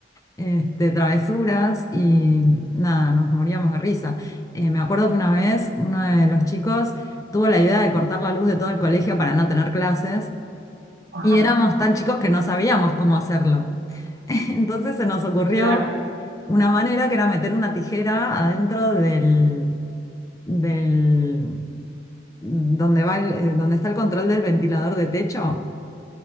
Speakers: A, on the left; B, on the right.
A: este, travesuras y nada, nos moríamos de risa. Eh, me acuerdo que una vez uno de los chicos tuvo la idea de cortar la luz de todo el colegio para no tener clases
B: <laughs> ojo,
A: y éramos
B: ahora,
A: tan chicos que no sabíamos cómo hacerlo. <laughs> Entonces se nos ocurrió
B: claro,
A: una manera que era meter una tijera adentro del, del donde va el- eh, donde está el control del ventilador de techo.